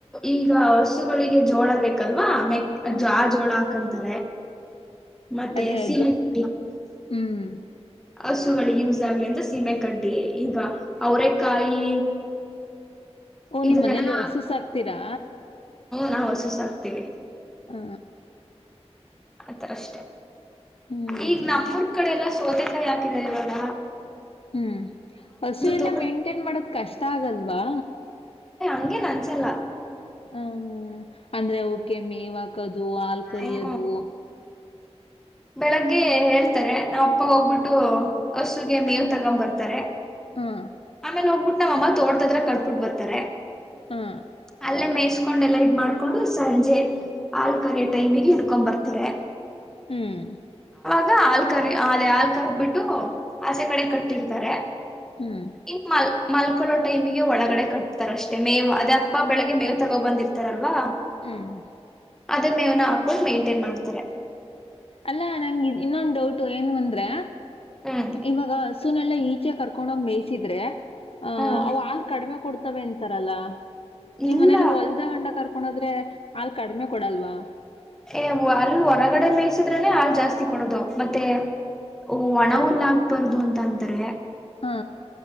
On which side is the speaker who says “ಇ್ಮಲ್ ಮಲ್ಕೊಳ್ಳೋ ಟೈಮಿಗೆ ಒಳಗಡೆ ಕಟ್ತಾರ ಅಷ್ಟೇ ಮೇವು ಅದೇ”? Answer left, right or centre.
Centre